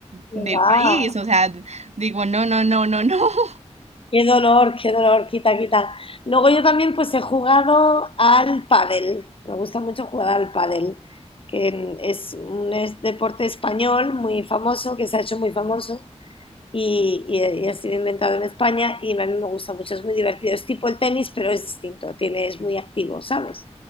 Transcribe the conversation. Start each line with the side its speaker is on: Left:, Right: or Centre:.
Left: qué
Right: del
Left: va.
Right: país. O sea, digo, no, no, no, no, no. <laughs>
Left: Qué dolor, qué dolor, quita, quita. Luego yo también pues he jugado al pádel. Me gusta mucho jugar al pádel, que mm, es un es- deporte español muy famoso, que se ha hecho muy famoso y, y- y ha sido inventado en España y a mí me gusta mucho, es muy divertido. Es tipo el tenis, pero es distinto, tiene, es muy activo, ¿sabes?